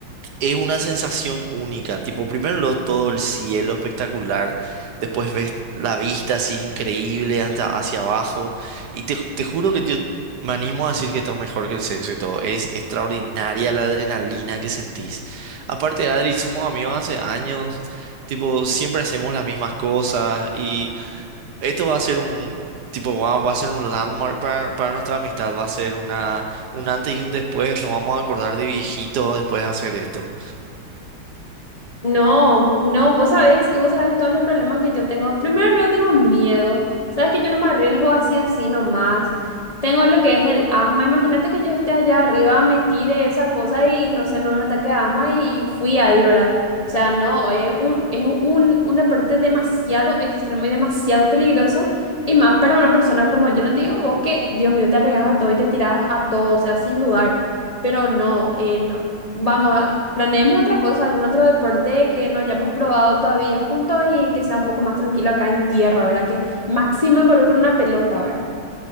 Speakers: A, on the right; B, on the left.
A: es una sensación única. Tipo, primero lo- todo el cielo espectacular, después ves la vista así increíble hasta hacia abajo. Y te, te juro que yo me animo a decir que está mejor que el sexo y todo. Es extraordinaria la adrenalina que sentís. Aparte, Adri, somos amigos hace años. Tipo, siempre hacemos las mismas cosas y esto va a ser un tipo, va, va a ser un landmark para, para nuestra amistad, va a ser una, un antes y un después, nos vamos a acordar de viejitos después de hacer esto.
B: No, no, vos sabés, y vos sabés todos los problemas que yo tengo. Primero, luego tengo miedo. Sabes que yo no me arriesgo así, así nomás. Tengo lo que es el asma. Imagínate que yo esté allá arriba, me tire esa cosa y no sé, me da un ataque de asma y fui ahí, ¿verdad? O sea, no, es un, es un, un deporte demasiado extremo y demasiado peligroso. Y más para una persona como yo, no te digo vos que, Dios mío, te arriesgas a todo y te tiras a todo, o sea, sin dudar. Pero no, eh, no. Vamos. Planeemos otra cosa, algún otro deporte que no hayamos probado todavía juntos y que sea un poco más tranquilo acá en tierra, ¿verdad? Que máximo involucre una pelota, ¿verdad?